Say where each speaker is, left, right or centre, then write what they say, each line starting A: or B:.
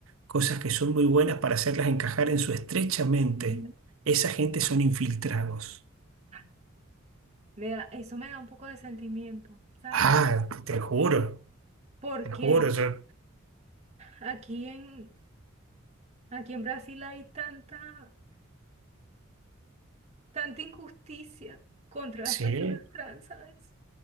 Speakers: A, on the right; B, on the right.
A: cosas que son muy buenas para hacerlas encajar en su estrecha mente.
B: Ujú.
A: Esa gente son infiltrados.
B: Ah, Me da- eso me da un poco de sentimiento, ¿sabes?
A: Ah, te juro,
B: Porque
A: te juro, yo-
B: aquí en, aquí en Brasil hay tanta, tanta injusticia contra
A: sí,
B: las personas trans, ¿sabes?